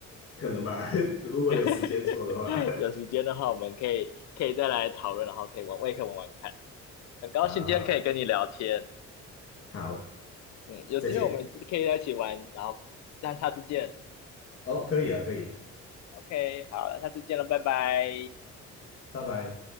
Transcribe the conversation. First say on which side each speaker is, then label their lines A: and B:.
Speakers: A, on the left; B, on the left.
A: 可能吧，<laughs> 如果有时间做的话，
B: <laughs> 有时间的话，我们可以可以再来讨论，然后可以玩，我也可以玩玩看。很高兴今天可以跟你聊天，
A: <laughs> 好好好，
B: 嗯，有机会我们可以在一起玩，
A: 再见，
B: 然后这样下次见。
A: 哦，可以啊，可以，
B: OK，好了，下次见了，拜拜。
A: 拜拜。